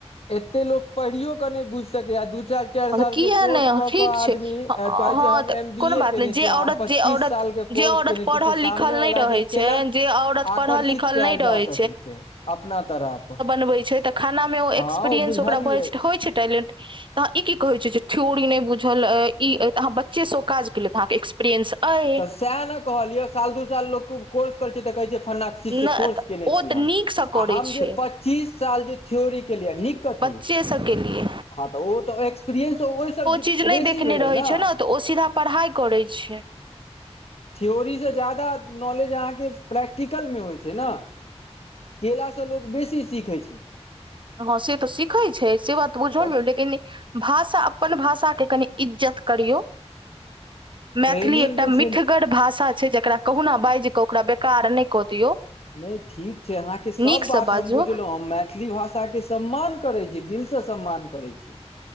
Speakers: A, on the left; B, on the right.
A: एते लोग पढ़िययो के ने बुझ सके य दू चारि चारि
B: हम
A: साल
B: किया
A: के कोर्स
B: नहि
A: क
B: ठीक
A: के आदमी
B: छै ह-
A: कहै
B: हँ
A: छै हम
B: तऽ
A: एम
B: कोनो
A: बी
B: बात
A: ए केने
B: नहि जे
A: छी
B: औरत
A: हम पच्चीस
B: जे औरत
A: साल के कोर्स
B: जे औरत
A: केने
B: पढ़ल
A: छी कि सामने
B: लिखल नहि
A: वालला
B: रहै
A: के
B: छै
A: केना
B: जे औरत
A: आकर्षित
B: पढ़ल लिखल
A: कयल
B: नहि रहै
A: जा सकैत छै अपना तरफ
B: बन छै तऽ खाना मे ओ
A: हँ
B: एक्सपीरियंस
A: बुझलियै
B: ओक होइ छै टैलेंट त अह ई की कहे छीिय ्योरी नहि बुझल इ त अहाँ बच्चे से काज केले ते अहाँ के एक्सपीरियेंस अय
A: तऽ सएह ने कहलिये साल दू साल लो कोर्स कर छै तऽ कहे छै फन्ना चीज
B: नहि
A: के कोर्स
B: तऽ
A: केने
B: ओ
A: छी
B: तऽ
A: हम
B: नीकसँ करै
A: आ हम
B: छै
A: जे पच्चीस साल जे थ्योरी केेलिय नीक कथी
B: छओ सएके लिए
A: हँ तऽ ओ तऽ एक्सपीरियंस ओहिसँ
B: चीज नहि
A: बेसी
B: देखने
A: भेलै
B: रहै
A: ने
B: छै तऽ ओ सीधा पढ़ाइ करै छैिय
A: थ्योरीसँ जा्यदा नॉलेज अहाँके प्रैक्टिकलमे होइ छै ने केलासँ लोक बेसी सीखै छै
B: हँ से तऽ सिखै छै से बात त बुझलौ
A: तब
B: लेकिन भाषा अपन भाषा के कनि इज्जत करियौ मैथिली
A: ट्रेनिंग
B: एकटा
A: जे छै
B: मिठगढ़ भाषा छै जेकरा कहुना बाजि कऽ ओकरा बेकार नहि कऽ दियौ
A: नहि ठीक छै अहाँके सब
B: नीकसँ
A: बात
B: बाजू
A: हम बुझलहुँं हम मैथिली भाषा भाषा के सम्मान करै छी दिल से सम्मान करै छी